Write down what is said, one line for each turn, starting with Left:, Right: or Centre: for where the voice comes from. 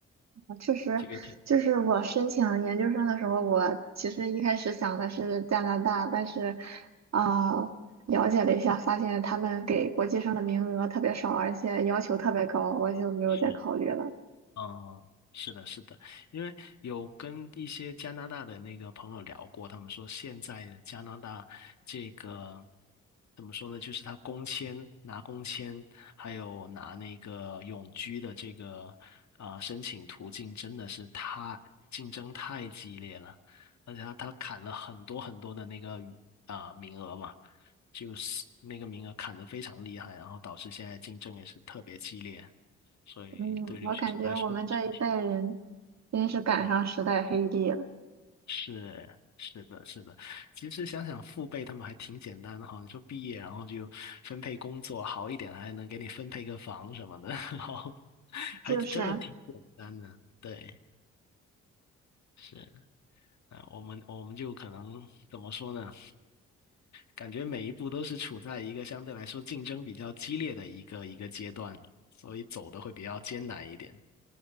Right: 啊确实，
Left: 这个也挺
Right: 就是我申请研究生的时候，我其实一开始想的是加拿大，但是啊、呃了解了一下，发现他们给国际生的名额特别少，而且要求特别高，我就没有再考虑了。
Left: 是。嗯，是的，是的，因为有跟一些加拿大的那个朋友聊过，他们说现在加拿大这个怎么说呢？就是他工签、拿工签，还有拿那个永居的这个啊、申请途径，真的是太竞争太激烈了，而且他他砍了很多很多的那个啊、名额嘛，就是那个名额砍得非常厉害，然后导致现在竞争也是特别激烈。所以对留学生来说，
Right: 嗯，我感觉我们这一代人
Left: 总体
Right: 真是赶上时代黑帝了，
Left: 嗯是是的，是的。其实想想父辈他们还挺简单的哈，你说毕业然后就分配工作好一点，还能给你分配个房什么的，<laughs> 然后
Right: 就是。
Left: 还真的挺简单的。对，是啊，我们我们就可能怎么说呢？感觉每一步都是处在一个相对来说竞争比较激烈的一个一个阶段，所以走的会比较艰难一点。